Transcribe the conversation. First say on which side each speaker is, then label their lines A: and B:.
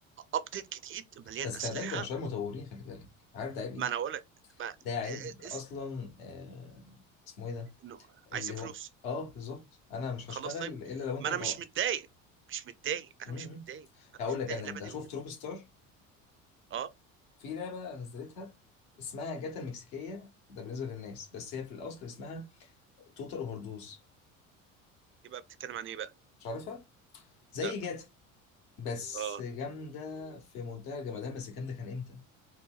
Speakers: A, on the right (about 35°); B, on the left (about 75°).
A: ابديت جديد مليان
B: بس
A: اسلحه
B: خلي بالك ده مش عيب مطورين خلي بالك عارف ده عيب ايه
A: ما انا اقول لك ما
B: ده عيب
A: إيه،
B: اصلا
A: إس...
B: آه... اسمه ايه ده
A: إنه
B: اللي
A: عايزين
B: هو
A: فلوس
B: اه بالظبط انا مش
A: خلاص
B: هشتغل
A: طيب
B: الا لو انت
A: ما انا
B: هتوقع
A: مش متضايق مش متضايق انا
B: امم
A: مش متضايق انا
B: هقول
A: مش متضايق
B: لك انا
A: اللعبه
B: انت
A: دي
B: شفت
A: أم-
B: روك ستار
A: اه
B: في لعبه نزلتها اسمها جاتا المكسيكيه ده بالنسبه للناس بس هي في الاصل اسمها توتال اوفر دوز
A: يبقى بتتكلم عن ايه بقى
B: مش عارفها زي
A: لا
B: جاتا بس
A: اه
B: جامدة في منتهى الجمدان بس الكلام ده كان امتى؟